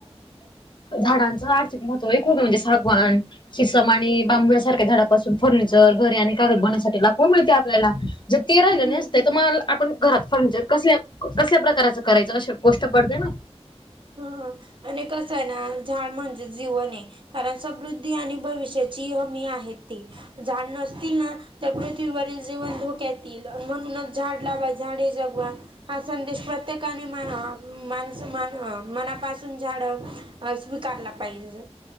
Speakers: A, on the left; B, on the right.
A: झाडांचं आर्थिक महत्व आहे खूप म्हणजे सागवान सिसम आणि बांबूळसारख्या झाडापासून फर्निचर घरे आणि कागद बनण्यासाठी लाकुड मिळते आपल्याला जर ते राहिलं
B: हम्म
A: नसतयं तर मला आपण घरात फर्निचर कसल्या कसल्या प्रकारचं करायचं अशी गोष्ट पडते ना.
B: हा आणि कसं आहे ना झाड म्हणजे जीवन हे. कारण समृद्धी आणि भविष्याची हमी आहे ती झाड न सतील ना त्या पृथ्वीवरील जिवन धोक्यात येईल म्हणूनच झाड लावा झाडे जगवा हा संदेश प्रत्येकाने मा माणस मान मनापासून झाडं स्वीकारला पाहिजे.